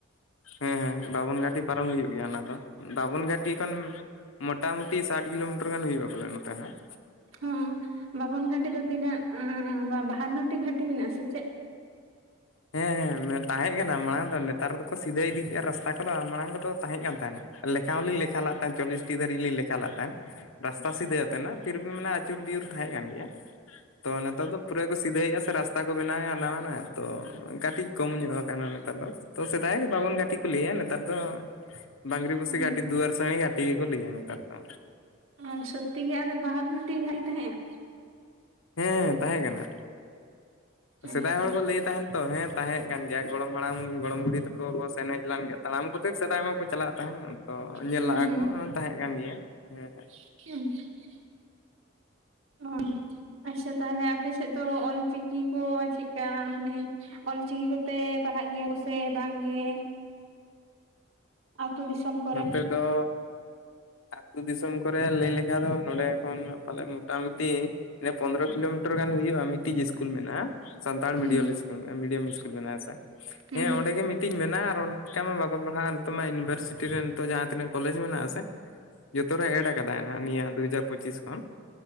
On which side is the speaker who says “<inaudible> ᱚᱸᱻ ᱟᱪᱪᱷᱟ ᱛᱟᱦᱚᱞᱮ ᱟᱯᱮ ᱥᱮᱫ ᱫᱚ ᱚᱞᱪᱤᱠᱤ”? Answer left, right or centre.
Right